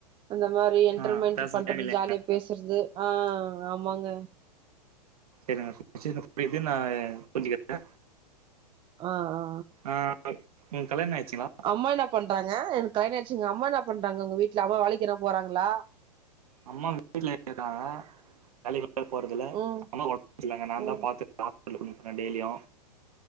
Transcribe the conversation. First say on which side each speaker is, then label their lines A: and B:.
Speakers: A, on the right; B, on the right.
A: அந்த மாரி என்ட்ருமென்ட்
B: ஆ பேச
A: பண்றது
B: டைமில்ல
A: ஜாலியா பேசுறது ஆ ஆமாங்க
B: <inaudible> நா புரிஞ்சுக்கிறே
A: ஆ ஆ
B: ஆ ஒங் கல்யாணோ ஆய்ச்சுங்களா
A: அம்மா என்னா பண்றாங்க எனக்கு கல்யாணொ ஆய்ச்சுங்க அம்மா என்ன பண்றாங்க ஒங்க வீட்ல அம்மா வேலைக்கெனா போறாங்ளா
B: அம்மா வீட்ல இருக்காங்க வேலைக்கு போறதில்ல
A: ம்
B: அம்மாக் ஒடம்சர்யில்லங்க நா
A: ம்
B: தா பாத்து ஆஸ்பிட்டலுக்கு கூட்டிப் போறே டெய்லியு